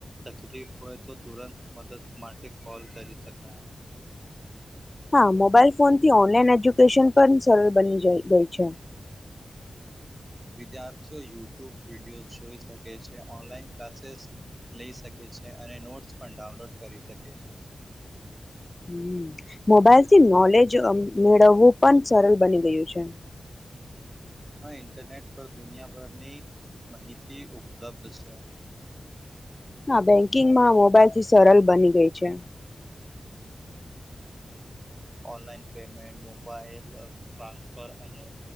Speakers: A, on the right (about 25°); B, on the left (about 30°).
A: તકલીફ હોય તો તુરંત મદદ માટે કોલ કરી શકાય
B: હા મોબાઈલ ફોનથી ઓનલાઈન એજ્યુકેશન પણ સરળ બની ગઈ છે
A: વિદ્યાર્થીઓ યુટ્યુબ વિડીયો જોઈ શકે છે ઓનલાઈન ક્લાસીસ લઈ શકે છે અને નોટ્સ પણ ડાઉનલોડ કરી શકે છે
B: હ મોબાઈલ થી નોલેજ મેળવવું પણ સરળ બની ગયું છે
A: હા ઈન્ટરનેટ પર દુનિયાભરની માહિતી ઉપલબ્ધ છે
B: હા બેંકિંગમાં મોબાઈલથી સરળ બની ગઈ છે
A: અને ઓનલાઈન પેમેન્ટ મોબાઈલ ટ્રાન્સફર અને